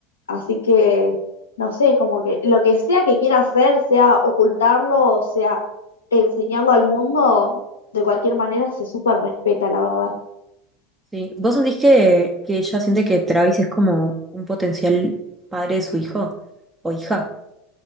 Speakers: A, on the left; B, on the right.
A: Así que, no sé, es como que lo que sea que quiera hacer, sea ocultarlo o sea enseñarlo al mundo, de cualquier manera se súper respeta, la verdad.
B: Sí. ¿Vos sentís que, que ella siente que Travis es como un potencial padre de su hijo o hija?